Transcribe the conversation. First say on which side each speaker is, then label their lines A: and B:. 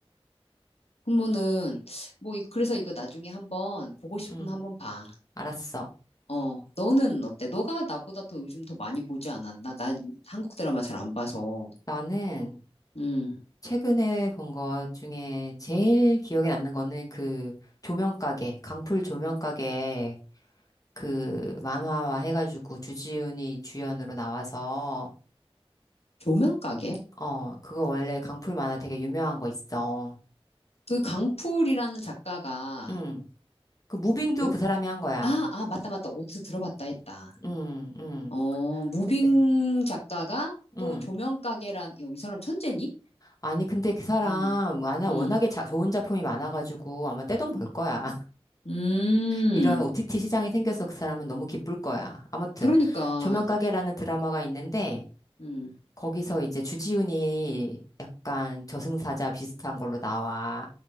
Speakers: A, on the left; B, on the left.
A: 그러면은, 뭐, 이- 그래서 이거 나중에 한번 보고 싶으면
B: 응,
A: 한번 봐.
B: 알았어.
A: 어, 너는 어때? 너가 나보다 더 요즘 더 많이 보지 않았나? 난 한국 드라마 잘 안 봐서.
B: 나는,
A: 음,
B: 최근에 본 것 중에 제일 기억에 남는 거는 그 조명가게, 강풀 조명가게 그 만화화 해가지고 주지훈이 주연으로 나와서
A: 조명가게?
B: 어, 그거 원래 강풀 만화 되게 유명한 거 있어.
A: 그 강풀이라는 작가가
B: 응. 그 무빙도
A: 웹,
B: 그 사람이 한 거야.
A: 아, 아, 맞다, 맞다. 어디서 들어봤다 했다.
B: 응, 응.
A: 어, 무빙
B: 근데,
A: 작가가
B: 응.
A: 또 조명가게란, 야, 이 사람 천재니?
B: 아니, 근데 그 사람
A: 음,
B: 만화
A: 음,
B: 워낙에 자- 좋은 작품이 많아가지고 아마 떼돈 벌 거야.
A: 음.
B: 이런 OTT 시장이 생겨서 그 사람은 너무 기쁠 거야. 아무튼
A: 그러니까,
B: 조명가게라는 드라마가 있는데
A: 음,
B: 거기서 이제 주지훈이 약간 저승사자 비슷한 걸로 나와.